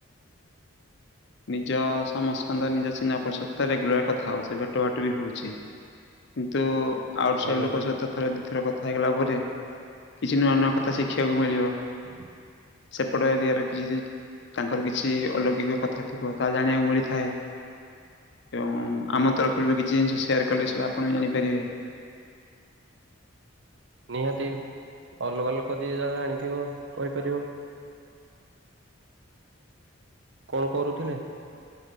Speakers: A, on the left; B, on the right.
A: ନିଜ ସମସ୍କନ୍ଦ ନିଜ ଚିହ୍ନା ପରିଚ ତ ରେଗୁଲାର କଥା ହଉଚେ ଭେଟ ବାଟ ବି ହୋଇଛେ। କିନ୍ତୁ ଆଉଟ୍ ସାଇଡ
B: ଆଜ୍ଞା
A: ଲୋକ ସହିତ ଥର ଦିଥର କଥା ହେଇଗଲା ପରେ କିଛି ନୂଆ ନୂଆ କଥା ଶିଖିବାକୁ ମିଳିବ।
B: <unintelligible>
A: ସେପଟ ଏରିଆର କିଛି ତାଙ୍କର କିଛି କିଛି ଅଲୌକିକ କଥା ଥିବ ତାହା ଜାଣିବାକୁ ମିଳିଥାଏ ଏବଂ ଆମ ତରଫ ବି କିଛି ଜିନିଷ ସେୟାର କଲେ ଆପଣ ବି ଜାଣିପାରିବେ।
B: ନିହାତି ଅଲଗା ଲୋକ ଯିଏ ଯାହା ଯାଣିଥିବ କହିପାରିବ। କଣ କରୁଥିଲେ?